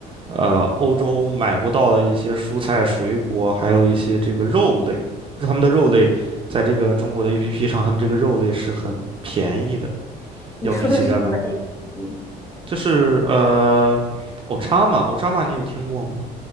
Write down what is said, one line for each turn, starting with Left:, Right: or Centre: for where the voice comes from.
Right: 呃欧洲买不到的一些蔬菜、水果，还有一些这个肉类。他们的肉类在这个中国的 APP 上，他们这个肉类是很便宜的，
Left: 你说的是什么
Right: 要比起在外面。
Left: APP？
Right: 就是呃 o c h a m a o c a m a 你有听过吗？